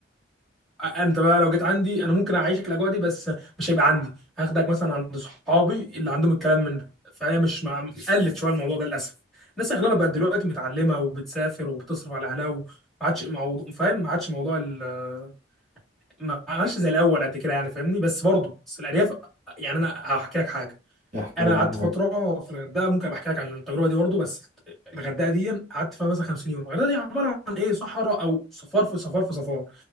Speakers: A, in the centre; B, on the right.
A: انت بقى لو جيت عندي انا ممكن اعيشك الاجواء دي بس مش هيبقى عندي هاخدك مثلا عند صحابي اللي عندهم الكلام من ده فهي مش مع قلت شويه الموضوع ده للاسف الناس اغلبها بقت دلوقتي متعلمه وبتسافر وبتصرف على اهلها وما عادش موضوع فاهم ما عادش موضوع ال- ما عادش زي الاول قد كده يعني فاهمني بس برضه بس الارياف يعني انا هحكي لك حاجه
B: احكي
A: انا
B: لي
A: قعدت
B: معاك
A: فتره في الغردقه ممكن أبقى احكي لك عن التجربه دي برضه بس الغردقه دي قعدت فيها مثلا 50 يوم الغردقه دي عباره عن ايه صحراء او صفار في صفار في صفار